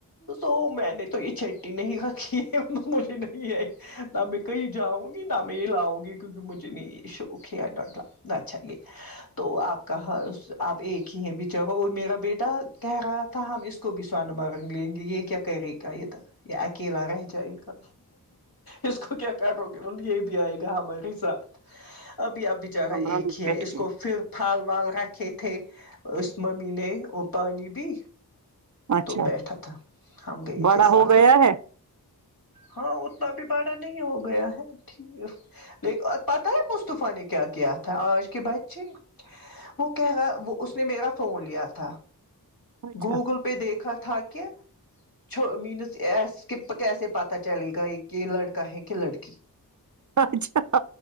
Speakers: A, on the left (about 60°); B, on the right (about 50°).
A: بسو میں نے تو یہ چٹی نہیں رکھی ہے مجھے نہیں آئی نہ میں کہیں جاؤں گی نہ میں یہ لاؤں گی کیونکہ مجھے نہیں شوق ہے ڈونٹلہ نہ چاہیے تو آپ کا آب ایک ہی ہیں بیچارا اور میرا بیٹا کہہ رہا تھا ہم اس کو بھی سو نمبر رنگ لیں گے یہ کیا کرے گا یہ تھا یہ اکیلا رہ جائے گا اس کو کیا کیا کرو گے ملب یہی بھی آئے گا ہمارے ساتھ ابھی آپ بیچارہ
B: کمرہ
A: ایک
B: میں
A: ہی
B: بیٹھ
A: ہے اس
B: کے
A: کو پھر پھل بال رکھے تھے اس ممی نے پانی بھی
B: اچھا
A: تو بیٹھا تھا ہم گئے
B: بڑا
A: تھے سافر
B: ہو گیا
A: پ
B: ہے
A: ہاں اتنا بھی باڑا نہیں ہو گیا ہے ٹھیک پتہ ہے مصطفہ نے کیا کیا تھا آج کے بچے وہ کہ گا وہ اس نے میرا فون لیا تھا
B: اچھا
A: گوگل پہ دیکھا تھا کہ چھوڑو مینس اسکپ کیسے پتاہ چلے گا یہ کہ لڑکا ہے کہ لڑکی
B: اچھا